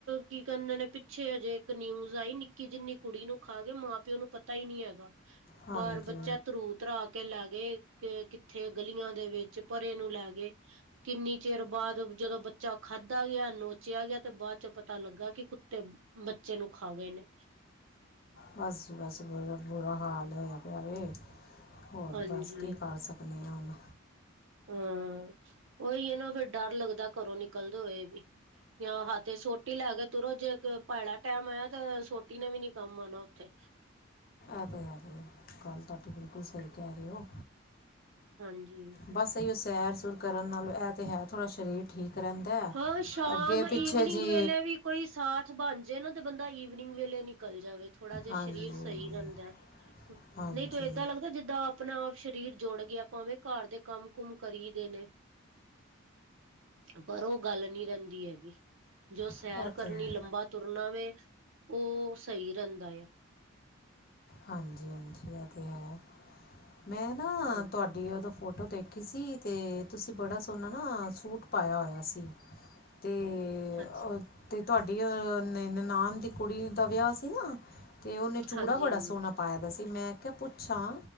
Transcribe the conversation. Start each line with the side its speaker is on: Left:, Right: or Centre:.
Right: ਕੀ ਕਹਿੰਦੇ ਨੇ ਪਿੱਛੇ ਹਜੇ ਇੱਕ ਨਿਊਜ਼ ਆਈ ਨਿਕ ਕਿ ਜਿੰਨੀ ਕੁੜੀ ਨੂੰ ਖਾ ਕੇ ਮਾਂ ਪਿਓ ਨੂੰ ਪਤਾ ਹੀ ਨਹੀਂ ਹੈਗਾ
Left: ਹਾਂਜੀ
Right: ਬਾਹਰ ਬੱਚਾ ਤਰੂ ਧਰਾ ਕੇ ਕੇ ਲੈ ਗੇ ਕਿੱਥੇ ਗਲੀਆਂ ਦੇ ਵਿੱਚ ਪਰੇ ਨੂੰ ਲੈ ਗਏ। ਕਿੰਨੀ ਚਿਰ ਬਾਅਦ ਜਦੋਂ ਬੱਚਾ ਖਾਧਾ ਗਿਆ ਨੋਚਿਆ ਗਿਆ ਤੇ ਬਾਅਦ ਚ ਪਤਾ ਲੱਗਾ ਕਿ ਕੁੱਤੇ ਬੱਚੇ ਨੂੰ ਖਾ ਗਏ ਨੇ।
Left: ਬਸ ਜੀ ਬਸ ਬੁਰਾ ਬੁਰਾ ਹਾਲ ਹੋਇਆ ਪਿਆ ਵੇ। ਹੋਰ
Right: ਹਾਂਜੀ
Left: ਬਸ ਕੀ ਕਰ ਸਕਦੇ ਹਾਂ ਹੁਣ।
Right: ਹਾਂ ਉਹੀ ਇਹ ਨਾ ਫੇਰ ਡਰ ਲੱਗਦਾ ਘਰੋਂ ਨਿਕਲਦੇ ਹੋਏ ਵੀ। ਆਹਾਂ ਹੱਥ ਵਿੱਚ ਸੋਟੀ ਲੈ ਕੇ ਤੁਰੋ ਜੇ ਭੈੜਾ ਟੈਮ ਆਇਆ ਤੇ ਸੋਟੀ ਟੀ ਨੇ ਵੀ ਨੀ ਕੰਮ ਆਉਣਾ ਉੱਥੇ।
Left: ਐ ਤੇ ਹੈ ਵੇ ਗੱਲ ਤੁਹਾਡੀ ਬਿਲਕੁਲ ਸਹੀ ਕਹਿ ਰਹੇ ਹੋ
Right: ਹਾਂਜੀ
Left: ਬਸ ਤਾਂ ਉਹ ਸੈਰ ਸੂਰ ਕਰਨ ਨਾਲ ਇਹ ਤਾਂ ਹੈ ਥੋੜ੍ਹਾ ਸ਼ਰੀਰ ਠੀਕ ਰਹਿੰਦਾ ਹੈ
Right: ਹਾਂ ਸ਼ਾਮ,
Left: ਅੱਗੇ ਪਿੱਛੇ
Right: ਈਵਨਿੰਗ
Left: ਜੀ
Right: ਵੇਲੇ ਵੀ ਕੋਈ ਸਾਥ ਬਣ ਜੇ ਨਾ, ਤੇ ਬੰਦਾ ਈਵਨਿੰਗ ਵੇਲੇ ਨਿਕਲ ਜਾਵੇ। ਥੋੜਾ ਜਿਹਾ
Left: ਹਾਂਜੀ
Right: ਸਰੀਰ ਸਹੀ
Left: ਹਾਂਜੀ
Right: ਰਹਿੰਦਾ, ਨਹੀਂ
Left: ਹਾਂਜੀ
Right: ਤਾਂ ਏਦਾਂ ਲੱਗਦਾ, ਜਿੱਦਾਂ ਆਪ ਆਪਣਾ ਆਪ ਸਰੀਰ ਜੁੜ ਗਿਆ, ਭਾਵੇਂ ਘਰ ਦੇ ਕੰਮ ਕੁਮ ਕਰੀ ਦੇ ਨੇ ਪਰ ਉਹ ਗੱਲ ਨਹੀਂ ਰਹਿੰਦੀ ਹੈਗੀ, ਜੋ ਸੈਰ
Left: ਇਹ
Right: ਕਰਨੀ
Left: ਤਾਂ ਹੈ
Right: ਲੰਬਾ ਤੁਰਨਾ ਵੇ, ਉਹ ਸਹੀ ਰਹਿੰਦਾ ਆ।
Left: ਹਾਂਜੀ- ਹਾਂਜੀ ਇਹ ਤੇ ਹੈ, ਮੈਂ ਨਾ
Right: ਹਾਂ
Left: ਤੁਹਾਡੇ ਉਦੋਂ ਫੋਟੋ ਦੇਖੀ ਸੀ, ਤੇ ਤੁਸੀਂ ਬੜਾ ਸੋਹਣਾ ਨਾ, ਸੂਟ ਪਾਇਆ ਹੋਇਆ ਸੀ ਤੇ
Right: ਹਾਂਜੀ
Left: ਅਤੇ ਤੁਹਾਡੀ ਨਨਾਣ ਦੀ ਕੁੜੀ ਦਾ ਵਿਆਹ ਸੀ ਨਾ। ਤੇ ਉਹਨੇ ਚੂੜਾ
Right: ਹਾਂਜੀ
Left: ਬੜਾ
Right: ਹਾਂਜੀ
Left: ਸੋਹਣਾ ਪਾਇਆ ਦਾ ਸੀ, ਮੈਂ ਕਿਹਾ ਪੁੱਛਾਂ